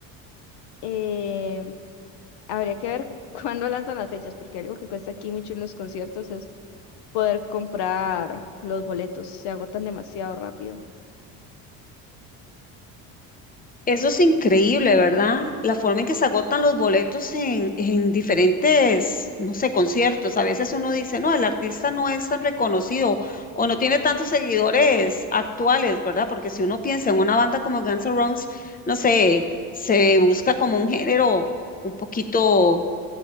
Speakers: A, on the left; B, on the left.
A: Eh, habría que ver <laughs> cuándo lanzan las fechas, porque algo que cuesta aquí mucho en los conciertos es poder comprar los boletos, se agotan demasiado rápido.
B: Eso es increíble, ¿verdad? La forma en que se agotan los boletos en, en diferentes, no sé, conciertos. A veces uno dice, no, el artista no es tan reconocido o no tiene tantos seguidores actuales, ¿verdad? Porque si uno piensa en una banda como Guns N' Roses, no sé, se busca como un género un poquito